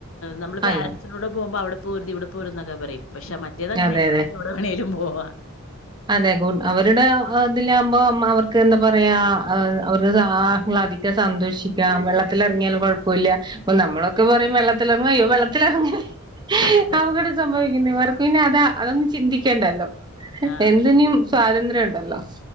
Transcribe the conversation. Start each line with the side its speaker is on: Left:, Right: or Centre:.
Left: നമ്മള്
Right: അല്ല
Left: പേരെൻസ് ൻ്റൂടെ പോക്മ്പോ അവിടെ പോവര്തിവിടെ പോവര്ത് ന്നൊക്കെ പറയും. പക്ഷെ മറ്റേത് അങ്ങനെയല്ലാ
Right: അതെ അതെ
Left: ഓര്ക്ക് എവിടെ വേണേലും പോവാ.
Right: അതെ കൂ അവരുടെ ആ ഇതിലാവുമ്പോ നമ്മളവർക്ക് എന്താ പറയാ അഹ് അവർക്ക് ആഹ്ലാദി ക്ക് സന്തോഷിക്കാ വെള്ളത്തില് എർങ്ങ്യാലും കുഴപ്പോല്ല. അപ്പം നമ്മളൊക്കെ പറയും വെള്ളത്ത്ലറങ്ങ അയ്യോ വെള്ളത്തിലറങ്ങേ
Left: അതെ
Right: അപകടം
Left: അതെ
Right: സംഭവിക്കുന്നെ ഇവർക്ക് പിന്നെ അതാ അതൊന്നും ചിന്തിക്കേണ്ടല്ലോ.
Left: ആഹ്
Right: എന്തിനും സ്വാതന്ത്ര്യം ഉണ്ടല്ലോ